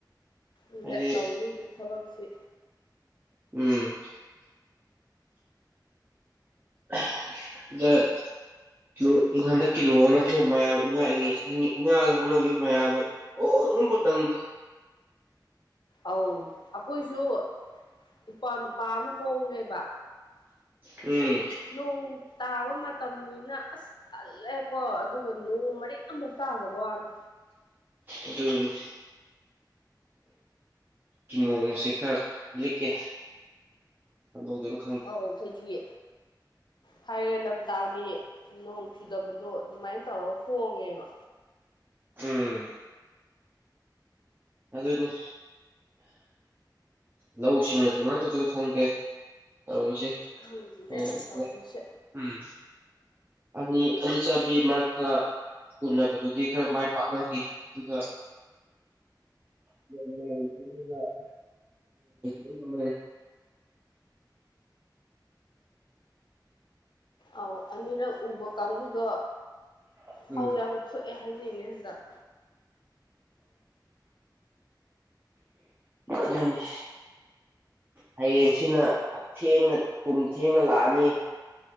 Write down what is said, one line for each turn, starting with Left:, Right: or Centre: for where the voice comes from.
Left: ꯑꯗ
Right: ꯍꯥꯏꯗꯤ
Left: ꯇꯧꯗꯣꯏꯁꯦ ꯊꯕꯛꯁꯤ
Right: ꯎꯝ <unintelligible> ꯅꯣꯡ ꯍꯟꯗꯛꯀꯤ ꯂꯨꯍꯣꯡꯅꯈꯤꯕ ꯃꯌꯥꯝ ꯏꯪꯉꯥ ꯏꯉꯦ ꯏꯉꯥꯗ ꯍꯣꯡꯅꯈꯤꯕ ꯃꯌꯥꯝꯗꯣ <unintelligible> ꯇꯝꯗꯤ
Left: ꯑꯧ ꯑꯩꯈꯣꯏꯁꯨ ꯏꯄꯋꯥ ꯅꯨꯄꯥ ꯑꯃ ꯍꯣꯡꯉꯦꯕ
Right: ꯎꯝ
Left: ꯅꯣꯡ ꯇꯥꯕ ꯃꯇꯝꯅꯤꯅ ꯑꯁ ꯇꯜꯂꯦꯀꯣ ꯑꯗꯨꯒ ꯅꯣꯡ ꯃꯔꯤꯛ ꯑꯝꯐꯧ ꯇꯥꯗꯕꯥ ꯋꯥꯅꯦ
Right: ꯑꯗꯨꯅꯤ ꯅꯣꯡꯁꯦ ꯈꯔ ꯂꯤꯛꯑꯦ <unintelligible>
Left: ꯑꯧ ꯑꯩꯈꯣꯏꯒꯤ ꯐꯥꯏꯔꯦꯟ ꯂꯝꯇꯥꯒꯤ ꯅꯣꯡ ꯆꯨꯗꯕꯗꯣ ꯑꯗꯨꯃꯥꯏꯅ ꯇꯧꯔꯒ ꯍꯣꯡꯉꯦꯕ
Right: ꯎꯝ ꯑꯗꯨꯅꯤ ꯂꯧ ꯁꯤꯡꯅ ꯀꯃꯥꯏꯅ ꯇꯧꯗꯣꯏꯅ ꯈꯪꯗꯦ ꯇꯔꯤꯁꯦ
Left: ꯈꯪꯗꯦ
Right: <unintelligible>
Left: ꯇꯧꯔꯤꯁꯦ
Right: ꯎꯝ ꯑꯅꯤ ꯑꯅꯤꯆꯥꯕꯤ ꯃꯔꯥꯛꯇ ꯎꯅꯕꯗꯨꯗꯤ ꯈꯔ ꯃꯥꯏ ꯄꯥꯛꯅꯈꯤ ꯑꯗꯨꯒ ꯌꯦ <unintelligible> <unintelligible> ꯂꯣꯢꯔꯦ
Left: ꯑꯧ ꯑꯅꯤꯔꯛ ꯎꯕ ꯀꯥꯡꯕꯨꯗꯣ
Right: ꯎꯝ
Left: ꯐꯧ ꯌꯥꯝ ꯊꯣꯛꯑꯦ ꯍꯥꯏꯅꯩꯌꯦ ꯍꯟꯗꯛ
Right: ꯑꯗꯨꯅꯤ ꯍꯌꯦꯡꯁꯤꯅ ꯍꯛꯊꯦꯡꯅ ꯀꯨꯝ ꯊꯦꯡꯅ ꯂꯥꯛꯑꯅꯤ